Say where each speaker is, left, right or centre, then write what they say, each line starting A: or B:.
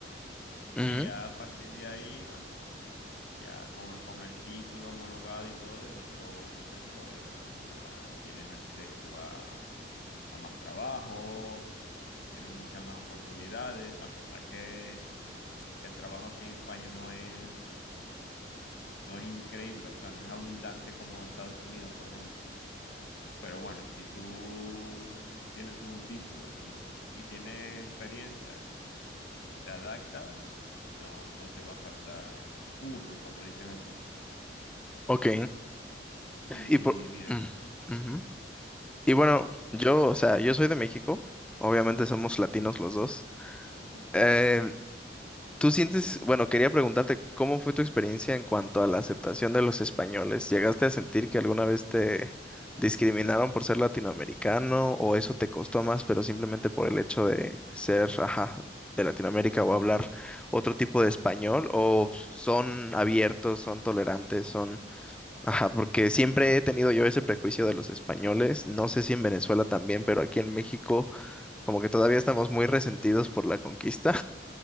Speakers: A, in the centre; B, on the left.
A: ujú,
B: Y ya a partir de ahí, bueno, ya con, con el título homologado y todo es otro, es otra historia, ¿sabes? Ya tienes acceso a, a más trabajo, tienes muchas más oportunidades, a pesar que, que el trabajo aquí en España no es, no es increíble, o sea, no es abundante como Estados Unidos, por ejemplo. Pero bueno, si tú tienes un título y, y tienes experiencia y, y te adaptas, no, no te va a faltar curro, como dicen aquí.
A: ok.
B: Y
A: Y por...
B: bien,
A: mm, ujú. Y bueno, yo, o sea, yo soy de México, obviamente
B: sí,
A: somos latinos los dos.
B: correcto.
A: Eh, Tú sientes, bueno, quería preguntarte, ¿cómo fue tu experiencia en cuanto a la aceptación de los españoles? ¿Llegaste a sentir que alguna vez te discriminaron por ser latinoamericano o eso te costó más, pero simplemente por el hecho de ser, ajá, de Latinoamérica o hablar otro tipo de español? ¿O son abiertos, son tolerantes, son, ajá, porque siempre he tenido yo ese prejuicio de los españoles, no sé si en Venezuela también, pero aquí en México como que todavía estamos muy resentidos por la conquista.